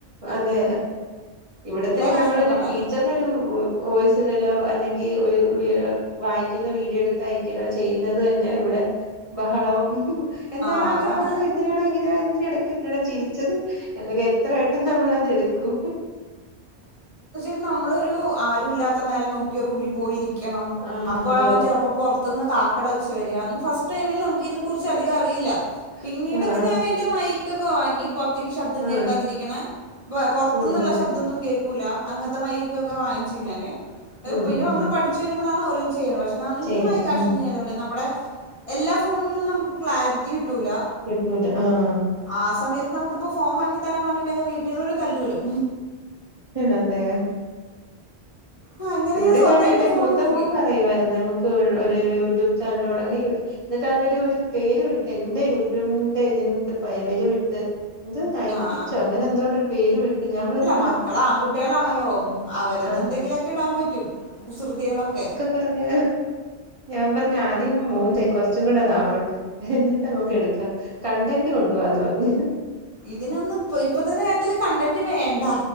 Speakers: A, on the right; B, on the left.
A: അതേ ഇവിടത്തന്നെ
B: കഷ്ടപ്പാടാ
A: നമ്മളൊരു ടീച്ചർനൊരൂ വോയ്സ് ഇടലോ അല്ലെങ്കി ഒരു വായിക്ക്ന്ന വീഡിയോ എട് തയ്ക്കലൊ ചെയ്യുന്നത് തന്നെ ഇവിടെ ബഹളവും എന്താണ്
B: ആഹ്
A: അങ്ങനെ
B: അതാണ്
A: പറ്ഞ്ഞെ <unintelligible> ഇങ്ങനെ എടയ്ക്ക് എന്തിനാട ചിരിച്ചത് എന്തെങ്കി എത്ര <unintelligible> നമ്മളത് എടുക്കും
B: നമ്മളൊരൂ ആരു ഇല്ലാത്ത നേരം നോക്കി റൂമിൽ പോയിരിക്കണം
A: ആഹ്
B: അപ്പ
A: അതെ
B: ചെൽപ്പൊ പൊറ തിന്ന് കാക്കടെ ഒച്ച വര ഇന്ന് ഫസ്റ്റ് ടൈമില് നമുക്കീനെ കുറ്ച്ച് അധികം അറീല പിന്നീടൊക്ക
A: ആഹ്
B: ഞാനയിന്റെ മൈകൊക്ക വാങ്ങി പൊറ്ത്ത്ക്ക് ശബ്ദം
A: ആഹ്
B: കേക്കാതിരിക്ണെ പൊറ്ത്ത്ന്നിള്ള
A: ഉം ഉം
B: ശബ് തൊന്നും കേക്കൂല അങ്ങൻത്ത മൈകൊക്ക വാങ്ങിച്ചു ഞാന്
A: ഉം
B: പിന്ന
A: ഉം
B: നമ്മള് പഠി ച്ചു വരുമ്പളാണ് ഒരോന്ന് ചെയ്യ്ണെ പക്ഷെ നന്നായി
A: ചെയ്യുന്നു
B: കാഷ്ന്
A: ഉം
B: ചെലവിണ്ട് നമ്മടെ എല്ലാ ഫോണിലും നമുക്ക് ക്ലാരിറ്റി കിട്ടൂല
A: കിട്ടൂല ആഹ്
B: ആഹ് സമയത്ത് നമുകിപ്പൊ ഫോം വാങ്ങി തരാ പറഞ്ഞിണ്ടെങ്കി വീട്ടിലിള്ളോൽ തല്ലൂലൊ
A: അതേ
B: ആ അങ്ങനെ
A: ഇവിടനാണ്
B: ഞാൻ സ്വന്തമായിട്ട്
A: എന്റെ
B: ഫോൺ
A: മൂത്ത
B: നോക്കി
A: മോൻ പറയുവായിര്ന്ന് നമു ക്ക് ഒരു യൂട്യൂബ് ചാനലൊടങ്ങ ഇന്നിട്ട് അവനൊരു ഒരു പേരു ഇ എന്റെ യൂട്യൂബിന്റെ ഇതിന്ന് പയ് വരുവിട്ട് ഇത് നയിപ്പിച്ചൊ
B: ആഹ്
A: അങ്ങനെ എന്തോണ്ടൊരു പേരു ഇട്ട് ഞാൻ പറഞ്ഞ്
B: മക്കള ആൺകുട്ടീളാണലോ അവരതെന്തെങ്കിലൊക്ക
A: ആഹ്
B: ഇടാ പറ്റും കുസൃതീളൊക്കെ
A: പറഞ്ഞാ ഞാൻ പറഞ്ഞ് ആദ്യം മോൻതെ കൊറ്ച്ചും കുട അതാവട്ടെ എന്നിട്ട് അമ്മക്ക് എടുക്കാം കണ്ടന്റ് കൊണ്ടുവാന്ന് പറഞ്
B: ഇതിനൊന്നും ഇപ്പ ഇപ്പത്തന്ന കാര്യത്തില് കണ്ടന്റ് വേണ്ട